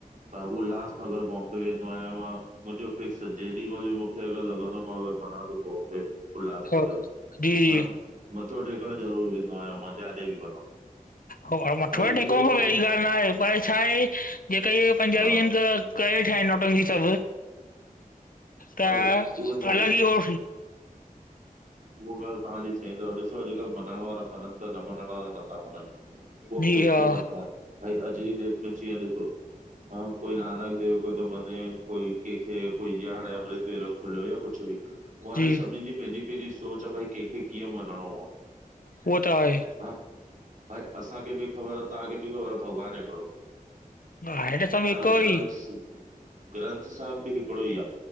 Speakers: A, on the right; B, on the left.
A: बाबू उल्हासनगर बॉम्बे वेंदो आहियां मां। मुंजो फिक्स आ जेॾीमल मूंखे अगर लॻंदो मां वञा तो बॉम्बे। उल्हासनगर।
B: हा जी
A: हां,
B: जी
A: मथो टेकण ज़रूरु वेंदो आहियां मां जाॾे बि वञा।
B: हौ हौ मथो
A: भई इहो
B: टेको
A: ई थो पए
B: ऐहिड़ी ॻाल् नाए, पर छा आहे जेके इय पंजाबी
A: हा
B: ॼन त। कय ठायन पर हि सबु ता
A: अरे उहे त
B: हालाकी हो।
A: उओ ॻाल् तांजी सही थव, ॾिसो अॼकल्ह मञण वारा मञनता, न मञण वारा नथा मञन। उअ
B: जी
A: पेंजे
B: हा,
A: मथां आ, भई अॼु जी डेट में जीअं ॾिसो। हर कोई नानक देव खे तो मने, कोई केंखे कोई यान। अमृतवेलो खुलियो कुछ बि, उअ हाणे
B: जी
A: सभनीनजी पेंजी पेंजी सोच आहे भई केंखे कीअं मञणो वा।
B: उओ त आहे।
A: हा भाई असांखे बि ख़बर आ तांखे बि ख़बर आ भॻवान हिकड़ो हो।
B: आहे त सभु
A: हन
B: हिक
A: ग्रंथ
B: ई,
A: ग्रंथ साहब बि हिकडो ही आ।